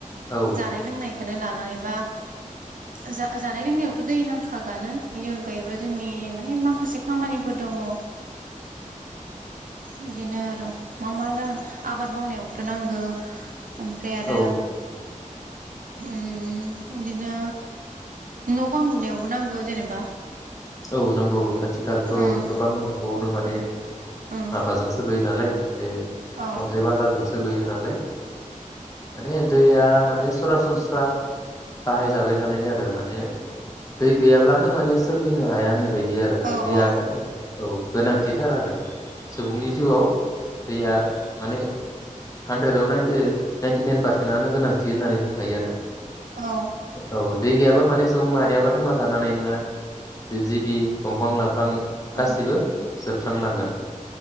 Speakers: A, on the left; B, on the right.
A: औ
B: जानाय लोंनाय बेखौनो लानानै जानाय लोंनायावथ दै नांखागौआनो बिनि अनगायैबो जोंनि माखासे खामानिफोर दङ ओ बिदिनो र' मा मा जागोन आबाद मावनायावबोथ' नांगौ ओमफ्राय आरो
A: औ
B: उम इदिनो न' बां लुनायावबो नांगौ जेनेबा
A: औ नांगौ आथिखालथ'
B: ओं
A: गोबां न'खौनो माने
B: ओं
A: माबाजोंसो लुयो नालाय बे
B: औ
A: अन्थाइ बालाजोंसो लुयो नालाय माने दैया माने सरासनस्रा बाहायजाबाय थानाय आरो माने दै गैयाब्लानो माने सोलि नो हाया होननायबायदि दै आरो माने
B: औ
A: दैया
B: औ
A: माने औ गोनांथिथार आरो सुबुंनि जिउआव दैया माने हानद्रेदाव नाइनटि नाइनटि नाइन पारसेन्टनो गोनांथि होननानै बुंनो हायो आरो
B: औ
A: औ दै गैयाबा माने सुबुं माहारियाबो थांना थानो हानाय नोङा जिब जिबि दंफां लाइफां गासिबो
B: औ
A: जोबस्रांलांगोन